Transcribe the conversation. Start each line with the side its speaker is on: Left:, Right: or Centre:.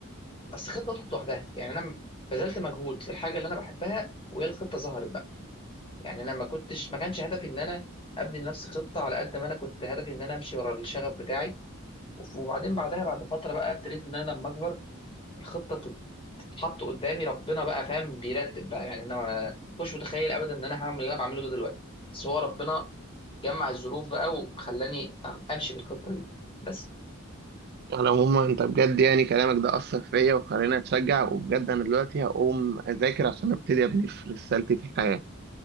Left: اصل الخطه طلعت لوحدها يعني انا بذلت مجهود في الحاجه اللي انا بحبها وهي الخطه ظهرت بقى يعني انا ما كنتش ما كانش هدفي ان انا ابني لنفسي خطه على قد ما انا كنت هدفي ان انا امشي ورا الشغف بتاعي وف- وبعدين بعدها بعد فتره بقى ابتديت ان انا لما اكبر الخطه تت- تتحط قدامي ربنا بقى فاهم بيرتب بقى يعني انا ما مش متخيل ابدا ان انا هعمل اللي انا بعمله ده دلوقتي بس هو ربنا جمع الظروف بقى وخلاني أغ- امشي في الخطه دي بس
Right: على العموم انت بجد يعني كلامك ده اثر فيا وخلاني اتشجع وبجد انا دلوقتي هقوم اذاكر عشان ابتدي ابني في رسالتي في الحياة